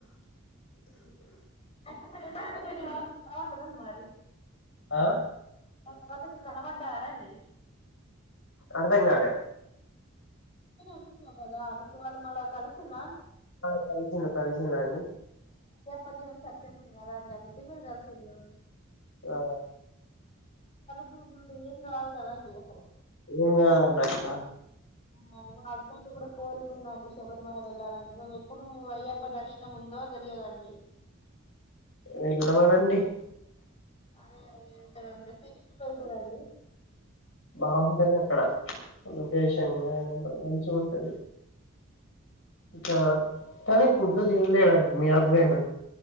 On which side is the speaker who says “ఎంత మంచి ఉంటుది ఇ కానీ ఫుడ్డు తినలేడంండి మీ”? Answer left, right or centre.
Left